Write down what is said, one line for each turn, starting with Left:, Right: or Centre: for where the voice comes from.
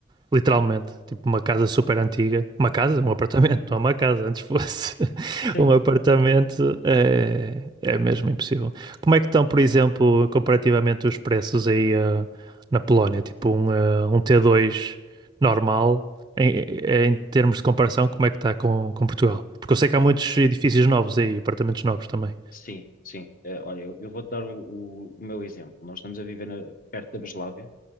Right: Literalmente, tipo uma casa super antiga. Uma casa?
Left: Uhum.
Right: Um apartamento, não é uma casa, antes fosse <laughs>
Left: Sim,
Right: um apartamento, é, é mesmo impossível. Como é que estão, por exemplo, comparativamente os preços aí ah, na Polónia? Tipo um, ah, um T2 normal, em, eh, em termos de comparação, como é que está com, com Portugal? Porque eu sei que
Left: olha,
Right: há muitos edifícios novos aí, apartamentos novos também.
Left: sim, sim. Eh, olha, eu, eu vou-te dar o, o- o meu exemplo. Nós estamos a viver na- perto da Breslávia,